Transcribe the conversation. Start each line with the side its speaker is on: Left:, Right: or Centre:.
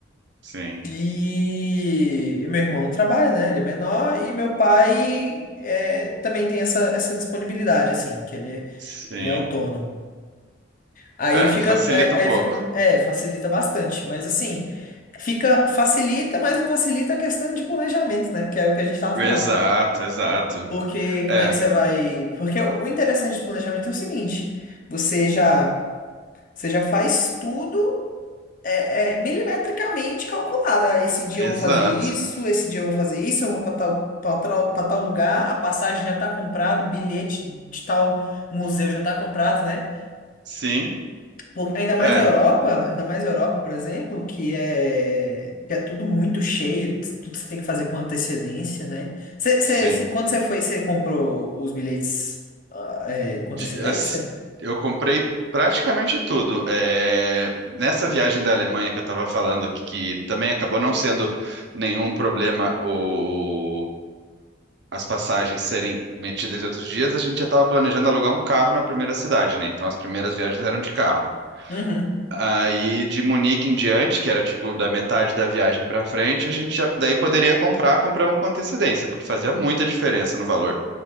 Right: sim,
Left: E, meu irmão não trabalha, né? Ele é menor e meu pai é, também tem essa, essa disponibilidade assim, que ele é,
Right: sim.
Left: ele é autônomo. Aí
Right: É,
Left: fica,
Right: facilita
Left: aí, aí
Right: um pouco.
Left: fica, é, facilita bastante, mas assim, fica, facilita, mas não facilita a questão de planejamento, né? Que é o que a gente tava falando.
Right: Exato, exato.
Left: Porque como
Right: É,
Left: é que você vai? Porque o interessante do planejamento é o seguinte, você já, você já faz tudo é, é, milimetricamente calculado. Ah, esse dia
Right: exato.
Left: eu vou fazer isso, esse dia eu vou fazer isso, eu vou para tal, para tal, para tal lugar, a passagem já tá comprada, o bilhete de tal museu já tá comprado, né?
Right: Sim,
Left: Porque, ainda mais
Right: é,
Left: a Europa, ainda mais a Europa, por exemplo, que é, que é tudo muito cheio, t- tudo você tem que fazer com antecedência, né? Cê, cê-
Right: sim.
Left: cê- quando você foi, você comprou os bilhetes ah, é, com
Right: de-
Left: antecedência?
Right: as- eu comprei praticamente tudo. É, nessa viagem da Alemanha que eu estava falando, aqui, que também acabou não sendo nenhum problema o, as passagens serem metidas em outros dias, a gente já estava planejando alugar um carro na primeira cidade, né? Então as primeiras viagens eram de carro.
Left: Uhum,
Right: Aí de Munique em diante, que era tipo da metade da viagem para frente, a gente já daí poderia comprar, compramos com antecedência, porque fazia muita diferença no valor.